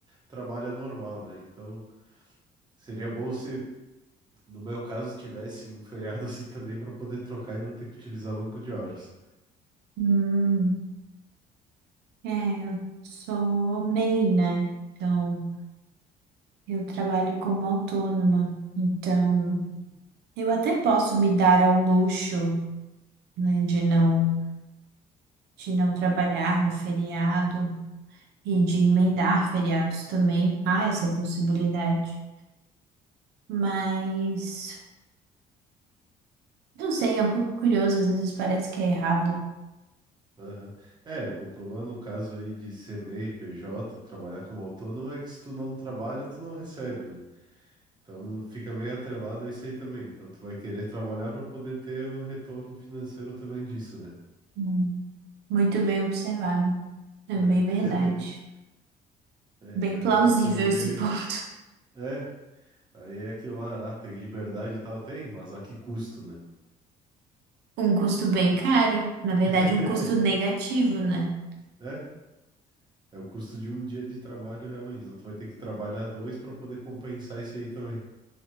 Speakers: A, on the right; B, on the right.
A: trabalha normal, né? Então seria bom se, no meu caso, tivesse um feriado <laughs> assim também para poder trocar e não ter que utilizar banco de horas.
B: Hum, é, eu sou MEI, né? Então. Eu trabalho como autônoma, então eu até posso me dar ao luxo, né, de não de não trabalhar no feriado e de emendar feriados também. Há essa possibilidade. Mas não sei, é um pouco curioso, às vezes parece que é errado.
A: Aham. É, o problema no caso aí de ser MEI, PJ, trabalhar como autônomo é que se tu não trabalha, tu não recebe, né? Então fica meio atrelado a isso aí também. Então tu vai querer trabalhar para poder ter o retorno financeiro também disso, né?
B: Hum, Muito bem observado. É
A: Né?
B: bem verdade.
A: <laughs> É,
B: Bem
A: e acaba
B: plausível
A: ficando meio.
B: esse <laughs> ponto.
A: É, aí é aquilo lá, ah, tem liberdade e tal, tem, mas a que custo, né?
B: Um custo bem caro, na verdade,
A: <laughs>
B: um custo negativo, né?
A: É. É o custo de um dia de trabalho, realmente. Então, tu vai ter que trabalhar dois para poder compensar isso aí também.